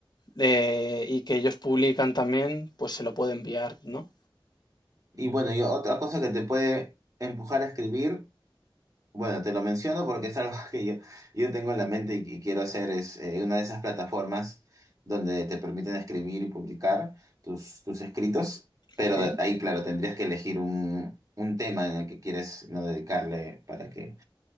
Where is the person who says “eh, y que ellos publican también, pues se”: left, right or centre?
Left